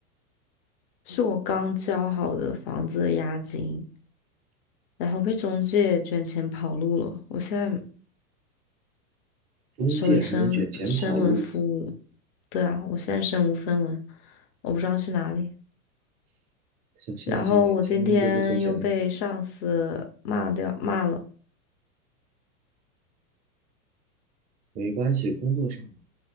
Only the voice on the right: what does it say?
中介还能卷钱跑路，
像现在小年轻都不存钱了吗？
没关系，工作上嘛，